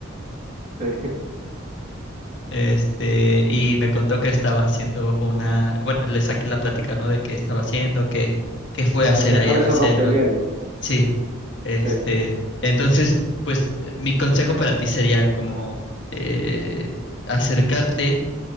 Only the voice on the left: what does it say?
Este, y me contó que estaba haciendo una, bueno, le saqué la plática, ¿no? De qué estaba haciendo, qué, qué fue
a hacer
ahí
a
la selva.
Sí. Este,
entonces, pues eh, mi consejo para ti sería como eh, acercarte